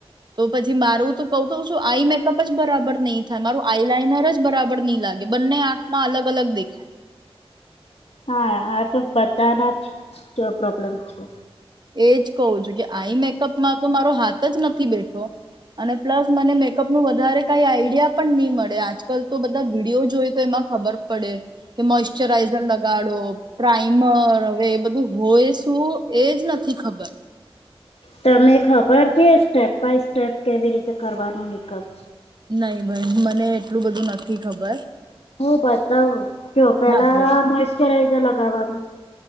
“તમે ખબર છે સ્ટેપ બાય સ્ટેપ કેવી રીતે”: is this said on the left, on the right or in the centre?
Left